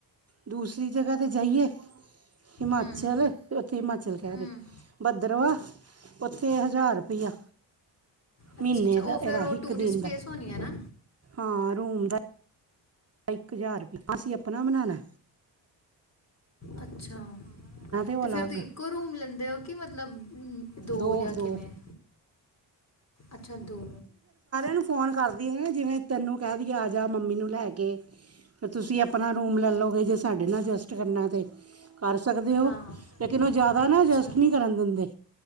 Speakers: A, on the right (about 35°); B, on the left (about 35°).
A: ਦੂਸਰੀ ਜਗ੍ਹਾ ਤੇ ਜਾਈਏ ਹਿਮਾਚਲ
B: ਹੂੰ
A: ਉੱਥੇ ਹਿਮਾਚਲ ਕਹ
B: ਹੂੰ
A: ਰਹੀ, ਭਦੱਰਵਾ ਉਥੇ ਹਜ਼ਾਰ ਰੁਪਇਆ।
B: ਅੱਛਾ-ਅੱਛਾ,
A: ਮਹੀਨੇ
B: ਉਹ
A: ਦਾ ਇਹਦਾ
B: ਫਿਰ ਉਹ
A: ਇੱਕ
B: ਟੂਰਿਸਟ
A: ਦਿਨ
B: ਪਲੇਸ
A: ਦਾ
B: ਹੋਣੀ ਹੈ ਨਾ।
A: ਹਾਂ, ਰੂਮ ਦਾ ਇੱਕ ਹਜ਼ਾਰ ਰਪੀ, ਅਸੀਂ ਆਪਣਾ ਬਣਾਣਾ।
B: ਅੱਛਾ
A: ਉਹ
B: ਤੇ
A: ਅਲੱਗ
B: ਫੇਰ ਤੁਸੀਂ ਇੱਕੋ ਰੂਮ ਲੈਂਦੇ ਹੋ ਕਿ ਮਤਲਬ ਮ, ਦੋ
A: ਦੋ-ਦੋ।
B: ਜਾਂ ਕਿਵੇਂ ਅੱਛਾ ਦੋ।
A: ਨੂੰ ਫੋਨ ਕਰਦੀ ਏ ਜਿਵੇਂ ਤੈਨੂੰ ਕਹਿ ਦਈਏ ਆ ਜਾ ਮੰਮੀ ਨੂੰ ਲੈ ਕੇ। ਫੇਰ ਤੁਸੀਂ ਆਪਣਾ ਰੂਮ ਲੈ ਲਓਗੇ ਜੇ ਸਾਡੇ ਨਾਲ ਅਡਜਸਟ ਕਰਨਾ ਤੇ ਕਰ ਸਕਦੇ ਹੋ
B: ਹਾਂ
A: ਲੇਕਿਨ ਉਹ ਜ਼ਿਆਦਾ ਨਾ
B: ਅੱਛਾ
A: ਐਡਜਸਟ ਨੀ ਕਰਨ ਦਿੰਦੇ।